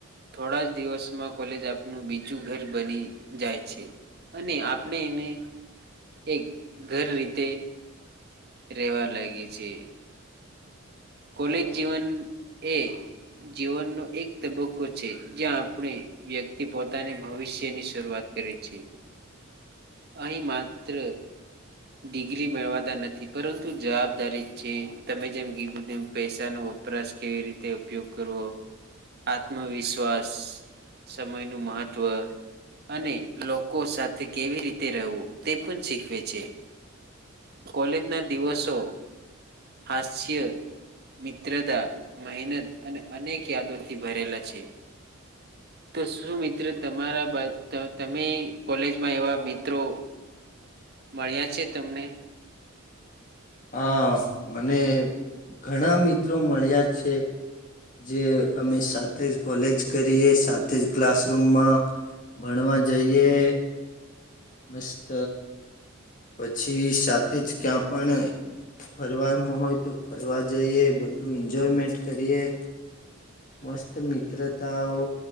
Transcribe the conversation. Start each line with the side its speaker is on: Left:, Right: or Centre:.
Right: થોડા જ દિવસમાં કોલેજ આપનું બીજું ઘર બની જાય છે અને આપણે એને એક ઘર રીતે રહેેવા લાગે છે કોલેજ જીવન એ જીવનનો એક તબક્કો છે જ્યાં આપણે વ્યક્તિ પોતાની ભવિષ્યની શરૂઆત કરે છે અહી માત્ર ડિગ્રી મેળવાતા નથી પરંતુ જવાબદારી છે તમે જેમ કીધું તેમ પૈસા ન વપરાશ કેવી રીતે ઉપયોગ કરવો આત્મવિશ્વાસ સમયનું મહત્ત્વ અને લોકો સાથે કેવી રીતે રહેવું તે પણ શીખવે છે કોલેજ ના દિવસો હાસ્ય મિત્રતા મહેનત અને અનેક યાદોથી ભરેલા છે તો શું મિત્ર તમારા બા તમે કોલેજમાં એવા મિત્રો મળ્યા છે તમને
Left: હા મને ઘણા મિત્રો મળ્યા છે જે અમે સાથે જ કોલેજ કરીએ સાથે જ ક્લાસરૂમમાં ભણવા જઈએ મસ્ત પછી સાથે જ ક્યાં પણ ફરવાનું હોય તો ફરવા જઈએ એજોયમેન્ટ કરી મસ્ત મિત્રતાઓ